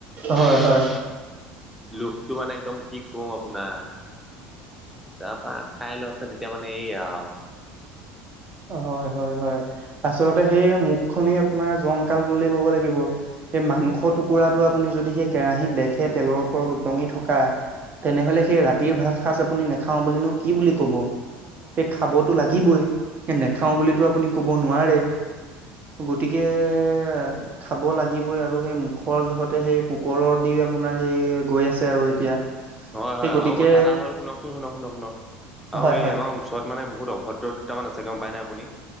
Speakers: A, on the right (about 35°); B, in the centre.
A: হয়-হয়।
B: একদম লোভটো মানে একদম কি কম আপোনাক। তাৰাপা খাই লোৱা পাছত এতিয়া মানে এই আও।
A: হয় হয় হয়, আচলতে সেই মুখ খনেই আপোনাৰ জমকাল বুলি ক'ব লাগিব। সেই মাংস টুকুৰাটো আপুনি যদি সেই কেৰাহীত দেখে তেলৰ ওপৰত ওপঙি থকা। তেনেহলে সেই ৰাতিৰ ভাত সাঁজ আপুনি নেখাওঁ বুলিনো কি বুলি কব। সেই খাবতো লাগিবই সে নেখাও বুলিতো আপুনি কব নোৱাৰে। গতিকে এ। খাব লাগিবই আৰু সেই মুখৰ জহতে সেই পোকৰ দি আপোনাৰ সেই গৈ আছে আৰু এতিয়া।
B: হয়
A: সেই
B: হয়
A: গতিকে
B: আৰু কথা এটা হ'ল শুনকচোন শুনক শুনক শুনক আৰু
A: হয়
B: এই
A: হয়
B: আমাৰ। ওচৰত মানে বহুত অভদ্ৰ দুটা তামান আছে গম পাই নাই আপুনি